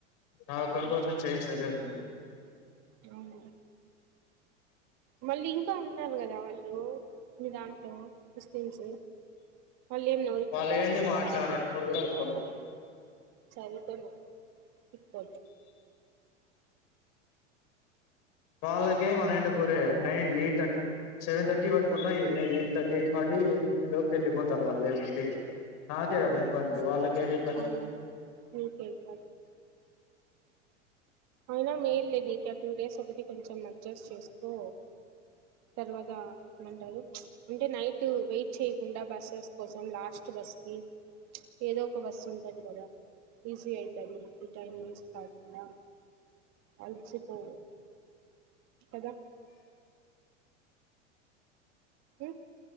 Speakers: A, on the left; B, on the right.
A: నా ఒకరి
B: ఉమ్,
A: కోసం చేంజ్ చేయలేరు అ
B: అవు మల్లి ఉన్నారు కదా వాళ్ళు మీ దాంట్లో ముస్లింసు మల్లి ఏం నోరిప్పర
A: వాళ్ళు ఏంది మాట్లాడరు నోరు కూడా విప్పరు
B: చవిత మ ఇపో
A: వాళ్ళకేం అనంట పూరే nine eight thirty seven thirty పట్టుకున్న eight thirty eight thirty eight fifty లోకి వెళ్ళిపోతారు వాళ్ళు ఇంటికి నాకే కదా
B: అవునులే.
A: ఇబ్బంది వాళ్ళక ఏమి ఇబ్బంది
B: అవునవును నీకే ఇబ్బంది అనా మ ఇళ్ళని క టూ డేస్ ఒకటి కొంచెం అడ్జస్ట్ చేసుకో తర్వాత ఏమంటారు అంటే నైట్ వెయిట్ చేయ్యకుండా బస్ కోసం లాస్ట్ బస్కి ఏదో ఒక బస్సు ఉంటుంది కదా ఈజీ అవుతుంది టైం వేస్ట్ కాకుండా అడిచిపోవు కదా క